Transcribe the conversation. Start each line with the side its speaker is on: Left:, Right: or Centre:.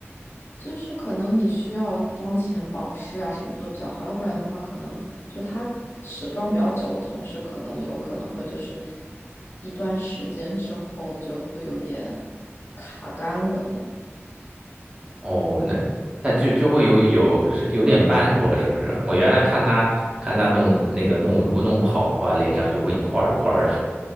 Left: 就是可能你需要妆前保湿啊什么做得比较好，要不然的话，可能就它持妆比较久的同时，可能有可能会就是一段时间之后就会有点卡干纹。
Right: 哦，那它就就会有有是有点斑驳，是不是？我原来看她看她弄那个弄，如果弄不好的话，脸上就会一块儿一块儿的。